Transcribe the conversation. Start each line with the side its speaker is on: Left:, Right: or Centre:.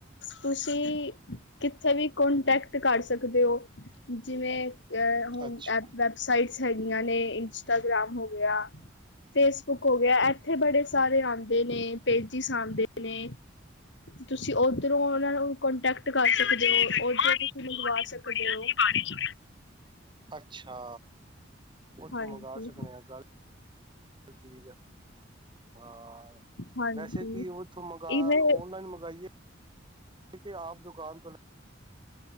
Left: ਤੁਸੀਂ ਕਿੱਥੇ ਵੀ ਕੋਂਟੈਕਟ ਕਰ ਸਕਦੇ ਓ। ਜਿਵੇਂ ਏਹ ਹੁਣ
Right: ਅੱਛਾ
Left: ਐਬ ਵੈੱਬ ਸਾਈਟਸ ਹੈਗੀਆਂ ਨੇ ਇੰਸਟਾਗ੍ਰਾਮ ਹੋ ਗਿਆ, ਫੇਸਬੁੱਕ ਹੋ ਗਿਆ ਐਹ ਬੜੇ ਸਾਰੇ ਆਉਂਦੇ ਨੇ ਪੇਜਿਸ ਆਉਂਦੇ ਨੇ ਤੁਸੀਂ ਓਧਰੋਂ ਉਹਨਾਂ ਨੂੰ ਕੋਂਟੈਕਟ ਕਰ ਸਕਦੇ ਹੋ ਓਧਰੋਂ ਤੁਸੀਂ ਮੰਗਵਾ ਸਕਦੇ। ਤੁਡੇ ਉਹ ਪਾਣੀ ਚ
Right: ਅੱਛਾ, ਉੱਥੋਂ
Left: ਹਾਂਜੀ
Right: ਮੰਗਵਾ ਸਕਦੇ ਆ ਗੱਲ ਲ ਠੀਕ ਐ, ਹਾਂ
Left: ਹਾਂਜੀ
Right: ਵੈਸੇ ਕਿ ਉਹ ਉੱਥੋਂ ਮੰਗਾ,
Left: ਇਵੇਂ
Right: ਔਨਲਾਈਨ ਮੰਗਈਏ ਆਪ ਦੁਕਾਨ ਤੋਂ